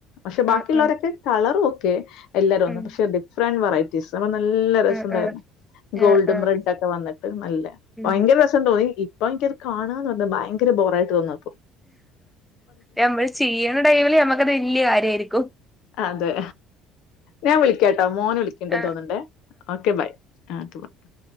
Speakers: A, on the left (about 60°); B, in the centre.
A: പക്ഷെ ബാക്കിയുള്ളവരൊക്കെ
B: ഉം ഉം ഉം
A: കളർ ഓക്കെ എല്ലാരും ഒന്ന്
B: ഉം
A: പക്ഷേ ഡിഫറന്റ് വെറൈറ്റീസ് അപ്പൊ നല്ല രസം
B: ആഹ്
A: ഉണ്ടായിരുന്നു
B: ആഹ്
A: ഗോൾഡും
B: ആഹ് ആഹ്
A: റെഡൊക്കെ വന്നിട്ട് നല്ല
B: ഉം
A: ഭയങ്കര രസ തോന്നി ഇപ്പൊ എനിക്കത് കാണാ എന്ന് പറഞ്ഞ ഭയങ്കര ബോറായി തോന്നുവാ ഇപ്പൊ
B: നമ്മള് ചെയ്യണ ടൈമില് ഞമ്മക്കത് വല്യ കാര്യമായിരിക്കും
A: അതെ ഞാൻ വിളിക്കാട്ടോ മോന് വിളിക്കണ്ട്
B: ആഹ്
A: തോന്നുണ്ടേ ഓക്കെ ബൈ ആഹ് <unintelligible>